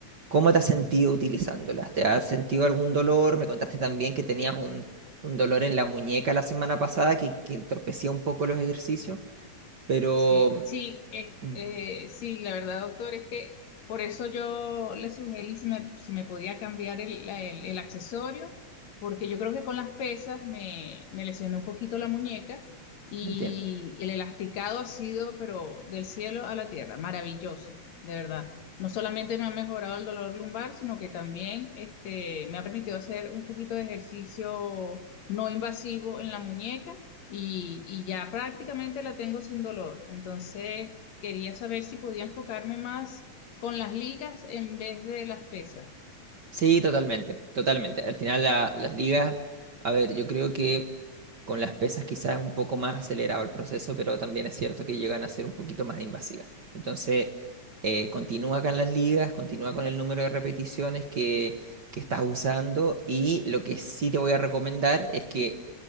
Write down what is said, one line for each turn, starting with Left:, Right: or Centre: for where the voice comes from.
Right: ¿Cómo te has sentido utilizándolas? ¿Te has sentido algún dolor? Me contaste también que tenías un, un dolor en la muñeca la semana pasada que, que entorpecía un poco los ejercicios, pero
Left: Sí, sí, es-
Right: mm,
Left: eh, sí, la verdad, doctor, es que por eso yo le sugerí si me, si me podía cambiar el, la- el- el accesorio, porque yo creo que con las pesas me, me lesioné un poquito la muñeca y
Right: entiendo.
Left: el elasticado ha sido, pero del cielo a la tierra, maravilloso, de verdad. No solamente me ha mejorado el dolor lumbar, sino que también este, me ha permitido hacer un poquito de ejercicio no invasivo en la muñeca y, y ya prácticamente la tengo sin dolor. Entonces, quería saber si podía enfocarme más con las ligas en vez de las pesas.
Right: Sí, totalmente, totalmente. Al final la- las ligas, a ver, yo creo que con las pesas quizás es un poco más acelerado el proceso, pero también es cierto que llegan a ser un poquito más invasivas. Entonces, eh, continúa con las ligas, continúa con el número de repeticiones que, que estás usando y lo que sí te voy a recomendar es que